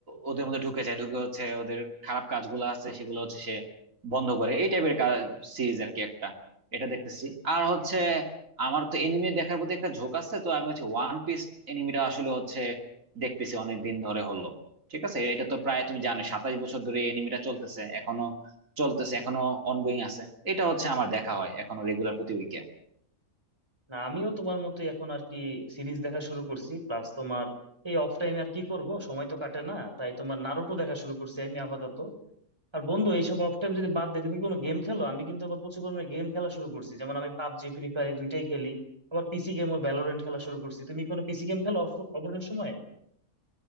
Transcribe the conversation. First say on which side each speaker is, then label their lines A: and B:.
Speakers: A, on the right (about 80°); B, on the right (about 20°).
A: ওদের মধ্যে ঢুকে যায় ঢুকে হচ্ছে ওদের খারাপ কাজগুলো আছে সেগুলো হচ্ছে সে বন্ধ করে এই টাইপের সিরিজ আর কি একটা এটা দেখতেছি আর হচ্ছে আমার তো এনিমি দেখার প্রতি একটা ঝোঁক আছে তো আমি হচ্ছে ওয়ান পিস এনিমিটা আসলে হচ্ছে দেখতেছি অনেক দিন ধরে হলো ঠিক আছে এটা তো প্রায় তুমি জানো সাতাশ বছর ধরে এই এনিমিটা চলতেছে এখনো চলতেছে এখনো অনগোয়িং আছে এটা হচ্ছে আমার দেখা হয় এখনো রেগুলার প্রতি উইকে
B: না আমিও তোমার মতোই এখন আর কি সিরিজ দেখা শুরু করছি প্লাস তোমার এই অফ টাইমে আর কি করব সময় তো কাটে না তাই তোমার নারুটো দেখা শুরু করছি আমি আপাতত আর বন্ধু এইসব অফ টাইম যদি বাদ দেয় তুমি কোনো গেম খেলো আমি কিন্তু আবার প্রচুর পরিমাণে গেম খেলা শুরু করছি যেমন আমি পাবজি ফ্রি ফায়ার এই দুইটাই খেলি আবার পিসি গেমও ভ্যালোরেন্ট খেলা শুরু করছি তুমি কোনো পিসি গেম খেলো অফ- অবসর সময়ে